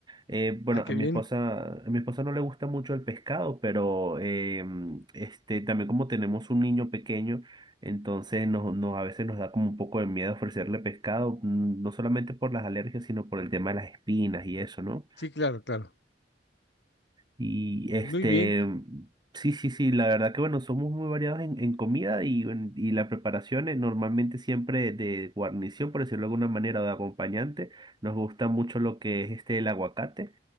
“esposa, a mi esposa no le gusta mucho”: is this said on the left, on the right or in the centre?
Right